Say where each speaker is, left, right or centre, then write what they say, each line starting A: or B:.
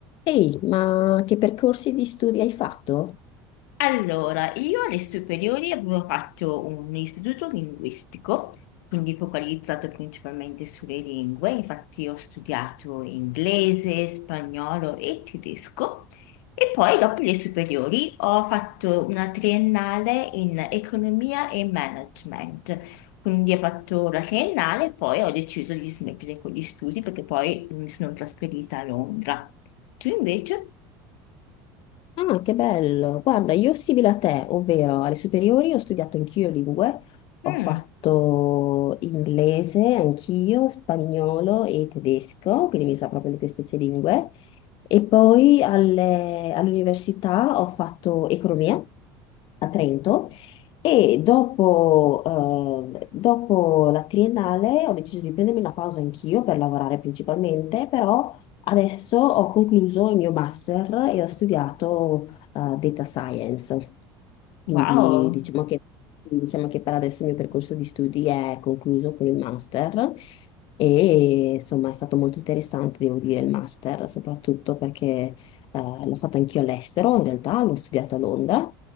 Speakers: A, on the left; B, on the left.
A: Ehi, ma che percorsi di studi hai fatto?
B: Allora, io alle superiori avevo fatto un istituto linguistico, quindi focalizzato principalmente sulle lingue, infatti ho studiato inglese, spagnolo e tedesco e poi dopo le superiori ho fatto una triennale in economia e management, quindi ho fatto la triennale e poi ho deciso di smettere con gli studi perché poi mi sono trasferita a Londra. Tu invece?
A: Ah, che bello! Guarda, io simile a te, ovvero alle superiori ho studiato anch'io lingue, ho
B: Mm,
A: fatto inglese anch'io, spagnolo e tedesco, quindi mi sa proprio le tue stesse lingue. E poi alle- all'università ho fatto economia a Trento e dopo, eh, dopo la triennale ho deciso di prendermi una pausa anch'io per lavorare principalmente, però Adesso ho concluso il mio master e ho studiato eh, data science, quindi
B: wow.
A: diciamo che, diciamo che per adesso il mio percorso di studi è concluso con il master e insomma è stato molto interessante, devo dire, il master, soprattutto perché eh, l'ho fatto anch'io all'estero, in realtà l'ho studiato a Londra